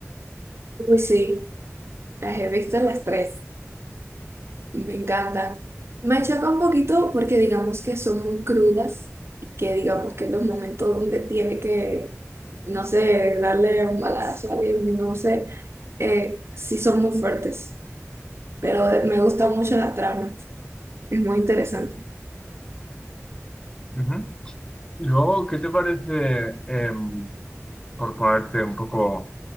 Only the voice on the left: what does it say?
Ujú. Y luego, ¿qué te parece, em, por ponerte un poco